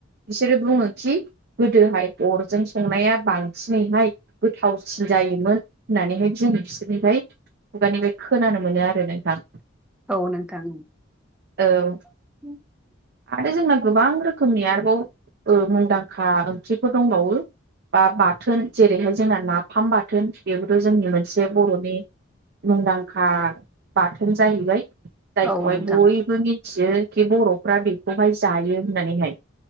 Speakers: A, on the right; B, in the centre.
A: बिसोरो बुङो खि गोदोहाय अरजों संनाया बांसिनैहाय गोथावसिन जायोमोन होननानैहाय जों बिसोरनिफ्राइ खुगानिफ्राय खोनानो मोनो आरो नोंथां
B: औ नोंथां
A: औ।
B: <inaudible>
A: आरो जोंना गोबां रोखोमनि आरोबाव ओ मुंदांखा ओंख्रिफोर दंबावो। बा बाथोन जेरैहाय जोंना नाफाम बाथोन बेबोथ' जोंनि मोनसे बर'नि मुंदांखा बाथोन जाहैबाय। जायखौहाय
B: औ नोंथां
A: बयबो मिथियो खि बर'फ्रा बेखौहाय जायो होन्नानैहाय।